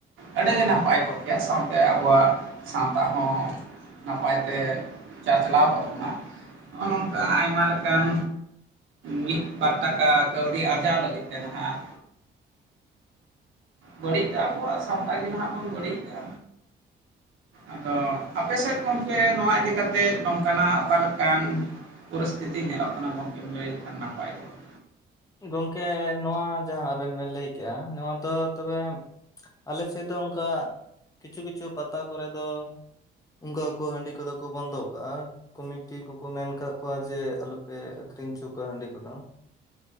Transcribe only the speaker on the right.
ᱟᱹᱰᱤᱜᱮ ᱱᱟᱯᱟᱭ ᱠᱚᱜ ᱠᱮᱭᱟ ᱥᱟᱶᱛᱮ ᱟᱵᱚᱣᱟᱜ ᱥᱟᱶᱛᱟ ᱦᱚᱸ ᱱᱟᱯᱟᱭᱛᱮ ᱪᱟᱪᱞᱟᱣ ᱠᱚ ᱛᱟᱵᱚᱱᱟ᱾ ᱱᱚᱜ-ᱚᱭ ᱱᱚᱝᱠᱟ ᱟᱭᱢᱟ ᱞᱮᱠᱟᱱ ᱢᱤᱫ ᱵᱟᱨ ᱴᱟᱠᱟ ᱠᱟᱹᱣᱰᱤ ᱟᱨᱡᱟᱣ ᱞᱟᱹᱜᱤᱫ ᱛᱮ ᱱᱟᱦᱟᱜ ᱵᱟᱹᱲᱤᱡ ᱫᱚ ᱟᱵᱚᱣᱟᱜ ᱥᱟᱶᱛᱟ ᱜᱮ ᱱᱟᱦᱟᱜ ᱵᱚᱱ ᱵᱟᱹᱲᱤᱡ ᱫᱟ᱾ ᱟᱫᱚ ᱟᱯᱮ ᱥᱮᱫ ᱜᱚᱝᱠᱮ ᱱᱚᱣᱟ ᱤᱫᱤ ᱠᱟᱛᱮᱫ ᱱᱚᱝᱠᱟᱱᱟᱜ ᱚᱠᱟᱞᱮᱠᱟᱱ ᱯᱚᱨᱤᱥᱛᱷᱤᱛᱤ ᱧᱮᱞᱚᱜ ᱠᱟᱱᱟ ᱜᱚᱝᱠᱮᱢ ᱞᱟᱹᱭ ᱞᱮᱠᱷᱟᱱ ᱱᱟᱯᱟᱭ ᱠᱚᱜ-ᱟ